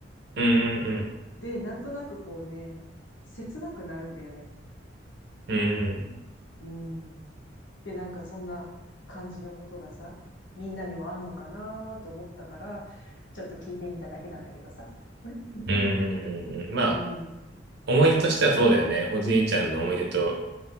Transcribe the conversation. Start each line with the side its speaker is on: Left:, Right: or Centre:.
Right: うん、うん、
Left: で、なんとなくこうね、切なくなるんだよね。
Right: うん、
Left: うん。で、なんかそんな感じのことがさ、みんなにもあんのかなと思ったから、ちょっと聞いてみただけなんだけどさ。<laughs>
Right: うん、うん、うん。
Left: うん。
Right: まあ、思い出としてはそうだよね。おじいちゃんの思い出と